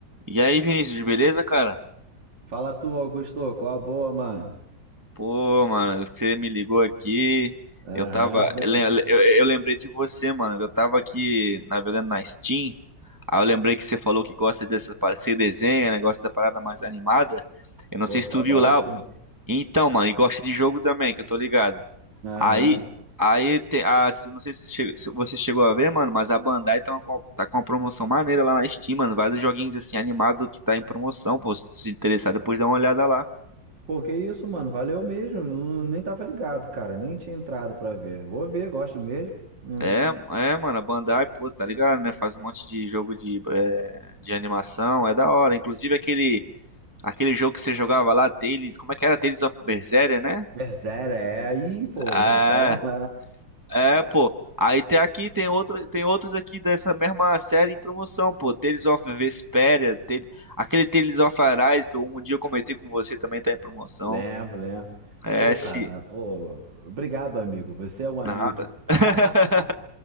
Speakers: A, on the right; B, on the right.
A: E aí, Vinícius, beleza, cara?
B: Fala tu, Augusto, qual a boa, mano?
A: Pô, mano, você me ligou aqui.
B: Aham.
A: Eu tava.
B: <laughs>
A: Eu, lem- eu- eu lembrei de você, mano. Eu tava aqui navegando na Steam. Aí eu lembrei que você falou que gosta dessa. par- Você desenha, né? Gosta da parada mais animada. Eu não
B: Pô,
A: sei se
B: só
A: tu viu
B: gosto.
A: lá. Então, mano, e gosta de jogo também, que eu tô ligado.
B: Aham.
A: Aí. Aí tem. ah, se- não sei se, che- se você chegou a ver, mano, mas a Bandai tá, uma co- tá com uma promoção maneira lá na Steam, mano. Vários joguinhos assim animados que tá em promoção, pô. Se tu se interessar, depois dá uma olhada lá.
B: Pô, que isso, mano? Valeu mesmo. Eu Nem tava ligado, cara. Nem tinha entrado pra ver. Vou ver, gosto mesmo. Hum.
A: É, é, mano, a Bandai, pô, tá ligado, né? Faz um monte de jogo de, é, de animação, é da hora. Inclusive aquele, aquele jogo que você jogava lá, Tales, como é que era? Tales of Berseria, né?
B: Berserker, é aí, pô,
A: É,
B: muito bom. <laughs>
A: é, pô. Aí tem aqui, tem outro, tem outros aqui dessa mesma série em promoção, pô. Tales of Vesperia, Tales- aquele Tales of Arise que eu- um dia eu comentei com você também tá em promoção.
B: Lembro, lembro.
A: É,
B: Pô,
A: se...
B: cara, pô, obrigado, amigo. Você é um amigo.
A: Nada. <laughs>
B: <laughs>